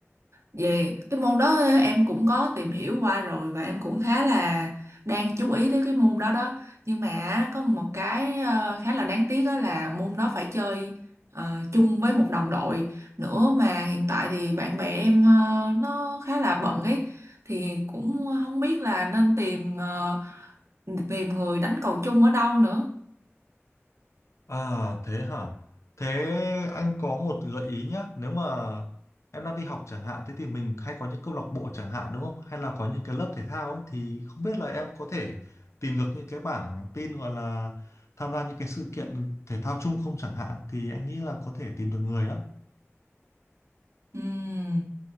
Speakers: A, on the right (about 75°); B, on the left (about 80°).
A: Về cái môn đó ờ, em cũng có tìm hiểu qua rồi và em cũng khá là đang chú ý tới cái môn đó đó. Nhưng mà á, có một cái ờ, khá là đáng tiếc đó là môn đó phải chơi ờ, chung với một đồng đội nữa mà hiện tại thì bạn bè em ờ, nó khá là bận ấy thì cũng không biết là nên tìm ờ, tìm người đánh cầu chung ở đâu nữa.
B: À thế hả? Thế anh có một gợi ý nhé. Nếu mà em đang đi học chẳng hạn, thế thì mình hay có những câu lạc bộ chẳng hạn đúng không? Hay là có những cái lớp thể thao ấy thì không biết là em có thể tìm được những cái bảng tin gọi là tham gia những cái sự kiện thể thao chung không chẳng hạn thì anh nghĩ là có thể tìm được người đó.
A: Ừm.